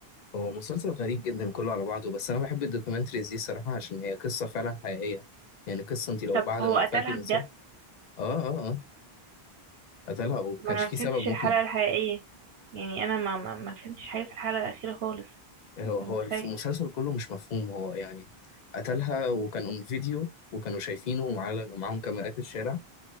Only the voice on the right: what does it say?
طب
هو
قتلها
بجد
ما انا
ما
فهمتش
الحلقة الحقيقية يعني انا ما ما, ما فهمتش حاجة في الحلقة الأخيرة خالص
انت
متخيل